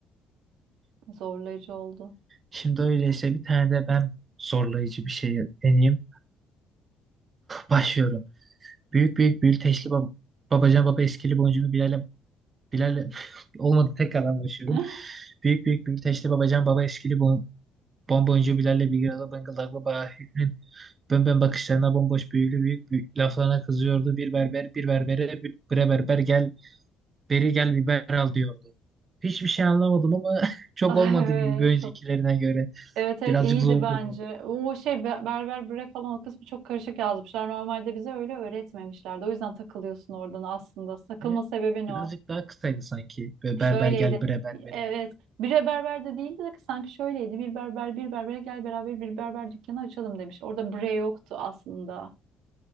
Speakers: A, on the right (about 80°); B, on the right (about 30°).
A: zorlayıcı oldu.
B: Şimdi öyleyse bir tane de ben zorlayıcı bir şey deneyeyim. Başlıyorum. Büyük büyük büyüteçli bab babacan baba eskili boncunu Bilal'e Bilal'e <laughs> olmadı tekrardan başlıyorum.
A: <laughs>
B: Büyük büyük büyüteçli babacan baba eskili bon bonboncuğu Bilal'le bir arada bıngıldaklı Bahir'in bönbön bakışlarına bomboş büyülü büyük, büyük laflarına kızıyordu. Bir berber bir berbere bir bre berber gel beri gel biber al diyordu. Hiçbir şey anlamadım ama <laughs> çok
A: Ay
B: olmadı
A: evet
B: gibi bir öncekilerine
A: çok
B: göre.
A: Evet evet
B: Birazcık
A: iyiydi
B: zordu
A: bence.
B: bu.
A: O şey be- berber bre falan o kısmı çok karışık yazmışlar. Normalde bize öyle öğretmemişlerdi. O yüzden takılıyorsun oradan aslında. Takılma
B: Evet,
A: sebebin o.
B: birazcık daha kısaydı sanki. Böyle
A: Şöyleydi.
B: berber gel bre berbere.
A: Evet. bir berber de değildi de sanki şöyleydi. Bir berber bir berbere gel beraber bir berber dükkanı açalım demiş. Orada bre yoktu aslında.